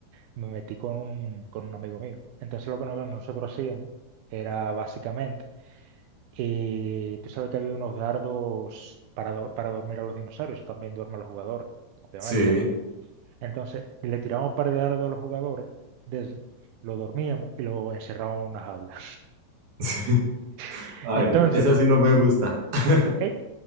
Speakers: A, on the right; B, on the right.
A: me metí con un, con un amigo mío. Entonces, lo que no- nosotros hacíamos era básicamente, eh, tú sabes que había unos dardos para, dor- para dormir a los dinosaurios, eso también duermen los jugadores, obviamente,
B: Sí,
A: Entonces, le tirábamos un par de dardos a los jugadores, de eso, lo dormíamos y lo encerrábamos en una jaula.
B: <laughs> sí.
A: <laughs>
B: Ay,
A: Entonces,
B: no, esa sí no me gusta. <laughs>
A: eh, eh,